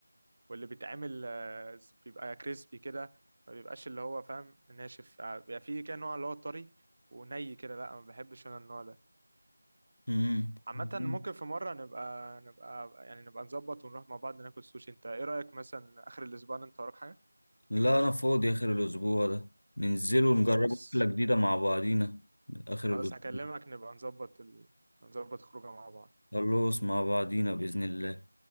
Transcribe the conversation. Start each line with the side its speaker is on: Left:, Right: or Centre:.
Right: واللي بيتعمل آه، بيبقى كريسبي كده ما بيبقاش اللي هو فاهم ناشف آه، بيبقى فيه كده نوع اللي هو طري وني كده لا ما بحبش انا النوع ده
Left: مم.
Right: عامة
Left: مم.
Right: ممكن في مرة نبقى نبقى يعني نبقى نظبط ونروح مع بعض ناكل سوشي انت ايه رأيك مثلا اخر الاسبوع ده انت وراك حاجة
Left: لا انا فاضي اخر الاسبوع ده ننزلوا نجربوا
Right: خلاص
Left: اكلة جديدة مع بعضينا اخر
Right: خلاص
Left: الاسبوع
Right: هكلمك نبقى نظبط ال... نظبط خروجه مع بعض
Left: خلص مع بعضينا بإذن الله